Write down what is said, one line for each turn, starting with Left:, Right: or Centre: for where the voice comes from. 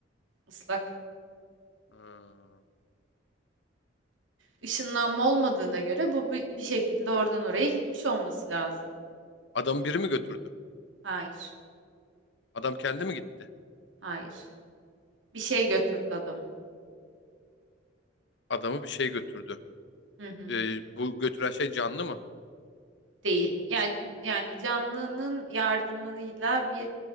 Right: Islak.
Left: Ha.
Right: Işınlanma olmadığına göre bu bi- bir şekilde oradan oraya gitmiş olması lazım.
Left: Adamı biri mi götürdü?
Right: Hayır.
Left: Adam kendi mi gitti?
Right: Hayır. Bir şey götürdü adamı.
Left: Adamı bir şey götürdü.
Right: Hı hı.
Left: Ee, bu götüren şey canlı mı?
Right: Değil. Yani yani canlının yardımıyla bir